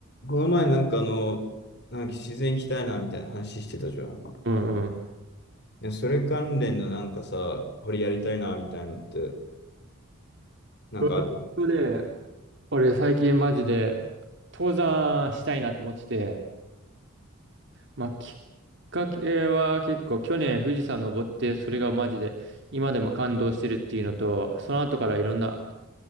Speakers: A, on the left; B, on the right.
A: この前なんかあの、なんか自然行きたいなみたいな話してたじゃん。
B: うんうん。
A: いや、それ関連のなんかさ、これやりたいなみたいのって、なんかある
B: ロジックで、俺最近マジで登山したいなって思ってて、まあきっかけは結構去年富士山登ってそれがマジで今でも感動してるっていうのと、その後からいろんな、